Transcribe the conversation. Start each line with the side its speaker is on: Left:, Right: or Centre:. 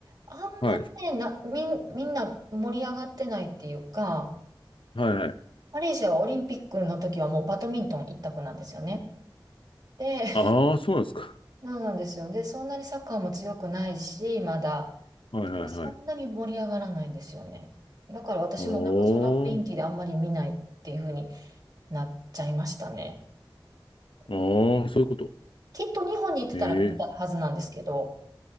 Right: あんま
Left: はい。
Right: りね、な、みん、みんな盛り上がってないっていうか、
Left: はいはい。
Right: マレーシアはオリンピックの時はもうバドミントン一択なんですよね。で、<laughs>
Left: ああ、そうなんですか。
Right: そうなんですよ。で、そんなにサッカーも強くないし、まだ。
Left: はいはいはい。
Right: そんなに盛り上がらないんですよね。だから私もなんかその雰囲気であんまり見ないっていう風に
Left: おー。
Right: なっちゃいましたね。
Left: ああ、
Right: うん、
Left: そういうこと。
Right: きっと日本に行ってたら見てたはずなんですけど。
Left: ええ。